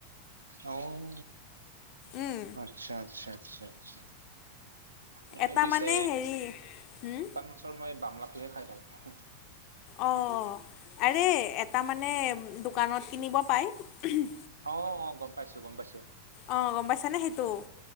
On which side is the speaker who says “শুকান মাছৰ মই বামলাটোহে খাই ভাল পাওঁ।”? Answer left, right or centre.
Right